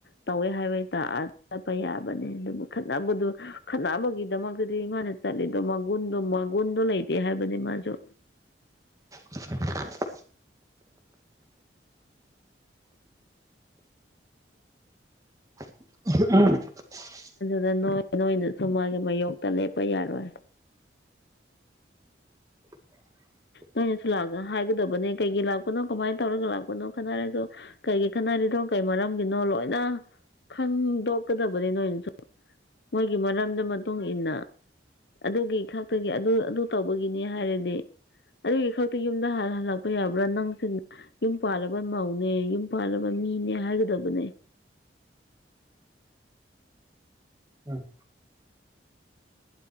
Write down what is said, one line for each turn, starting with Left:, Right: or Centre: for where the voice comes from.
Left: ꯇꯧꯋꯦ ꯍꯥꯏꯕꯩ ꯇꯥ ꯌꯥꯕꯅꯦ ꯈꯠꯅꯕꯗꯣ ꯈꯠꯅꯕꯒꯤꯗꯃꯛꯇꯗꯤ ꯃꯥꯅ ꯆꯠꯂꯤꯗꯣ ꯃꯒꯨꯟꯗꯣ-ꯃꯒꯨꯟꯗꯣ ꯂꯩꯇꯦ ꯍꯥꯏꯕꯅꯤ ꯃꯥꯖꯨ
Right: INAUDIBLE INAUDIBLE
Left: ꯑꯗ ꯅꯣꯏ -ꯅꯣꯏꯅꯖꯨ ꯃꯥꯒꯤ ꯃꯌꯣꯛꯇ ꯂꯦꯞꯄ ꯌꯥꯔꯣꯏ
Right: <unintelligible>
Left: ꯅꯣꯏꯅꯁꯨ ꯂꯑ ꯍꯥꯏꯒꯗꯕꯅꯦ ꯀꯩꯒꯤ ꯂꯥꯛꯄꯅꯣ ꯀꯃꯥꯏꯅ ꯇꯧꯔꯒ ꯂꯥꯛꯄꯅꯣ ꯈꯟꯅꯔꯁꯨ ꯀꯩꯒꯤ ꯈꯠꯟꯅꯔꯤ ꯑꯗꯣ ꯀꯩ ꯃꯔꯝꯒꯤꯅꯣ ꯂꯣꯏꯅ ꯈꯪꯗꯣꯛꯀꯗꯕꯅꯤ ꯅꯣꯏꯅꯁꯨ ꯃꯣꯏꯒꯤ ꯃꯔꯝꯗ ꯃꯇꯨꯡ ꯃꯇꯨꯡꯏꯟꯅ ꯑꯗꯨꯒꯤ ꯈꯛꯇꯒꯤ ꯑꯗꯨ ꯑꯗꯨ ꯇꯧꯕ ꯒꯤꯅꯤ ꯍꯥꯏꯔꯗꯤ ꯑꯗꯨꯒꯤ ꯈꯛꯇ ꯌꯨꯝꯗ ꯍ ꯍꯜꯂꯛꯄ ꯌꯥꯕ꯭ꯔꯥ ꯅꯪ ꯌꯨꯝ ꯄꯥꯜꯂꯕ ꯃꯧꯅꯦ ꯌꯨꯝ ꯄꯥꯜꯂꯕ ꯃꯤꯅꯦ ꯍꯥꯏꯒꯗꯕꯅꯦ
Right: ꯎꯝ